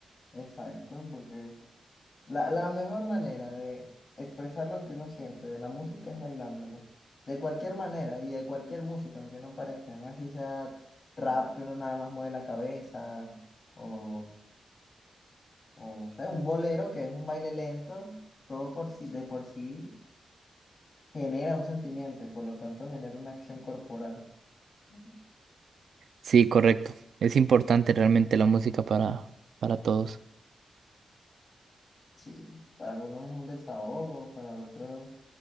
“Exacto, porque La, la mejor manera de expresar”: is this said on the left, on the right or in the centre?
Left